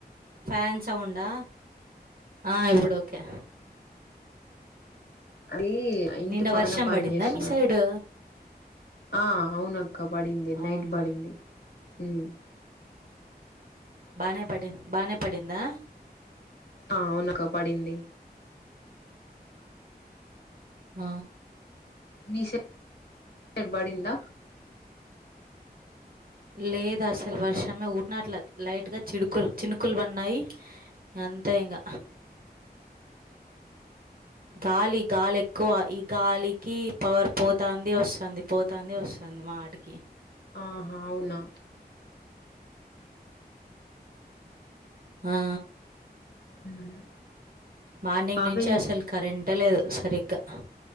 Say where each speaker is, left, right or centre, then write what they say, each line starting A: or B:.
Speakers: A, on the right; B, on the left.
A: ఫ్యాన్ సౌండా, ఆ ఇప్పుడు ఓకే
B: అది ఇంటి
A: నిన్న
B: పక్కన
A: వర్షం
B: పని
A: పడిందా
B: చేస్తున్నారు
A: మీ సైడు?
B: ఆ అవునక్క బడింది నైట్
A: అవునా
B: బడింది ఉమ్
A: బానే పడి బానే పడిందా?
B: ఆ అవునక్క పడింది.
A: ఆ
B: మీసైడ్ బడింద?
A: లేదు అసలు వర్షమే ఊటినట్ల లైట్ గా చిడుకులు చినుకులు పడినాయి. అంతే ఇంగ గాలి గాలి ఎక్కువ ఈ గాలికి పవర్ పోతాంది వస్తాంది, పోతాంది వస్తాంది. మాటికి
B: ఆహ అవునా
A: ఆ ఆ
B: ఉమ్
A: మార్నింగ్
B: పాపం
A: నుంచి అసలు కరెంటే లేదు సరిగ్గా.